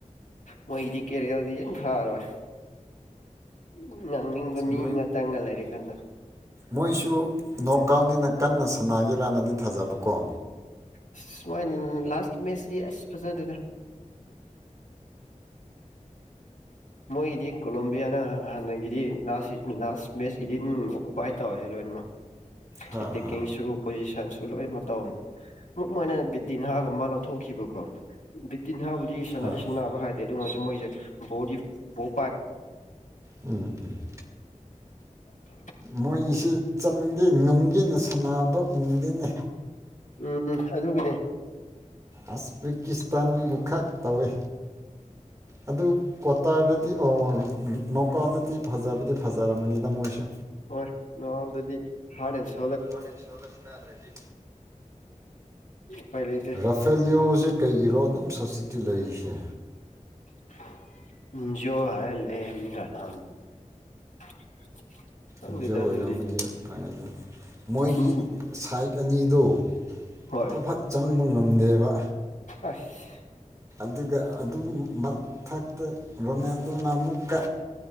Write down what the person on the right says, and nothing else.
ꯃꯣꯏ
ꯃꯣꯏꯁꯨ ꯅꯣꯀꯥꯎꯟꯅꯤꯅ ꯀꯟꯅ ꯁꯅꯥꯒꯤꯔꯥꯟꯅꯗꯤ ꯊꯥꯖꯕꯀꯣ
ꯍꯥ
ꯍꯥ
ꯍꯥ
ꯎꯝ ꯎꯝ
ꯃꯣꯏꯒꯤꯁꯤ ꯆꯟꯗꯦꯅꯦ ꯉꯝꯒꯦꯅ ꯁꯥꯟꯅꯕ ꯎꯗꯦꯅꯦ
ꯑꯁꯕꯤꯀꯤꯁꯇꯥꯟ ꯈꯛ ꯇꯧꯋꯦ ꯑꯗꯨ ꯀ꯭ꯋꯥꯇꯥꯔꯗꯗꯤ ꯑꯣ ꯅꯧꯀꯥꯟꯗꯗꯤ ꯐꯖꯕꯗꯤ ꯐꯖꯔꯕꯝꯃꯅꯤꯗ ꯃꯣꯏꯁꯨ
ꯍꯥꯂꯦꯟ ꯁꯣꯜꯒ ꯁꯅꯥꯗꯔꯗꯤ
ꯔꯥꯐꯦꯂꯤꯌꯣꯁꯤ ꯀꯩꯒꯤꯔꯣ ꯑꯗꯨꯝ ꯁꯕꯁꯤꯇ꯭ꯌꯤꯄ ꯂꯩꯔꯤꯁꯦ
ꯏꯟꯖꯤꯌꯣ ꯑꯣꯏꯔꯝꯗꯤ
ꯐꯩ ꯑꯗꯨꯒ ꯃꯣꯏꯒꯤ
ꯁꯥꯏꯠ ꯑꯅꯤꯗꯣ
ꯐꯠ ꯐꯠ ꯆꯪꯕ ꯉꯝꯗꯦꯕ
ꯑꯗꯨꯒ ꯑꯗꯨ ꯃꯊꯛꯇ ꯔꯣꯅꯦꯜꯗꯣꯅ ꯑꯃꯨꯛꯀ